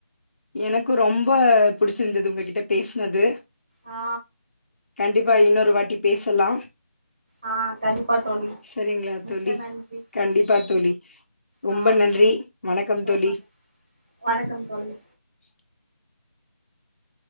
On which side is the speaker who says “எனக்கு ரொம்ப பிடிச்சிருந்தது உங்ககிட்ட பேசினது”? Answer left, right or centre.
Left